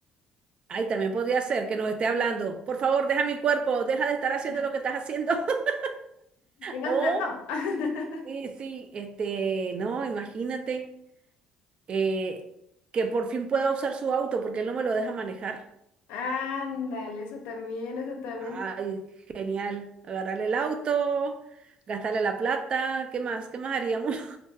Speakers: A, on the right; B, on the left.
A: Ahí también podría ser que nos esté hablando, por favor, deja mi cuerpo, deja de estar haciendo
B: <laughs>
A: lo que estás haciendo. <laughs>
B: Y nosotras
A: O,
B: no. <laughs>
A: sí, sí, este, no, imagínate eh, que por fin pueda usar su auto porque él no me lo deja manejar.
B: Ándale, eso también, eso también.
A: Ay, genial. Agarrarle el auto, gastarle la plata, ¿qué más? ¿Qué más haríamos?